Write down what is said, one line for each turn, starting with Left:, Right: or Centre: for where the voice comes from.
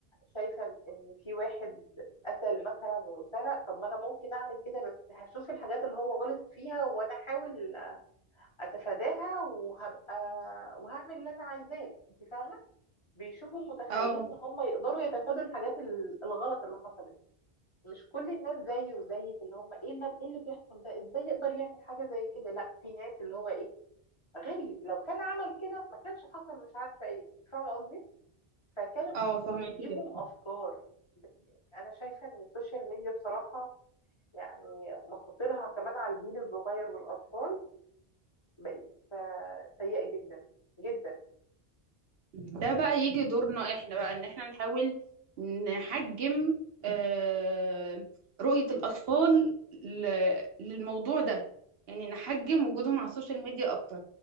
Left: شايفه ان في واحد قتل مثلا وسرق طب ما انا ممكن اعمل كده بس هشوف الحاجات اللي هو غلط فيها وانا احاول اتفاداها وهبقى وهعمل اللي انا عايزاه انت فاهمه بيشوفوا متخيلين
Right: اه
Left: ان هم يقدروا يتفادوا الحاجات ال- الغلط اللي حصلت مش كل الناس زيي وزيك اللي هم ايه اللي إيه اللي بيحصل ده ازاي يقدر يعمل حاجه زي كده لا في ناس اللي هو ايه غبي لو كان عمل كده ما كانش حصل مش عارفه ايه انت فاهمه قصدي فكان
Right: اه
Left: بتديهم
Right: فهماكي كده
Left: افكار بت... انا شايفه ان السوشيال ميديا بصراحه يعني مخاطرها كمان على الجيل الصغير والاطفال بقت آه، سيئه جدا جدا
Right: ده بقى يجي دورنا احنا بقى ان احنا نحاول نحجم آه، رؤية الاطفال ل- للموضوع ده يعني نحجم وجودهم على السوشيال ميديا اكتر